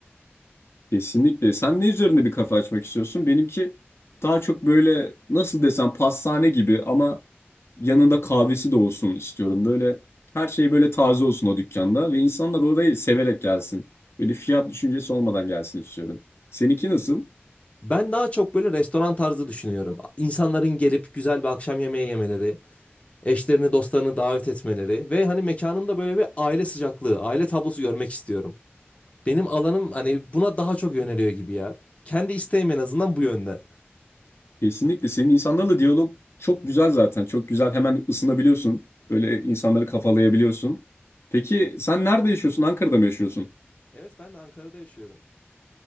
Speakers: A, on the left; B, on the left.
A: Kesinlikle. Sen ne üzerinde bir kafa açmak istiyorsun? Benimki daha çok böyle nasıl desem pastane gibi ama yanında kahvesi de olsun istiyorum. Böyle her şey böyle taze olsun o dükkanda ve insanlar orayı severek gelsin. Böyle fiyat düşüncesi olmadan gelsin istiyorum. Seninki nasıl?
B: Ben daha çok böyle restoran tarzı düşünüyorum. İnsanların gelip güzel bir akşam yemeği yemeleri, eşlerini, dostlarını davet etmeleri ve hani mekanımda böyle bir aile sıcaklığı, aile tablosu görmek istiyorum. Benim alanım hani buna daha çok yöneliyor gibi ya. Kendi isteğim en azından bu yönde.
A: Kesinlikle. Senin insanlarla diyalog çok güzel zaten. Çok güzel. Hemen ısınabiliyorsun. Böyle insanları kafalayabiliyorsun. Peki sen nerede yaşıyorsun? Ankara'da mı yaşıyorsun?
B: Evet ben de Ankara'da yaşıyorum.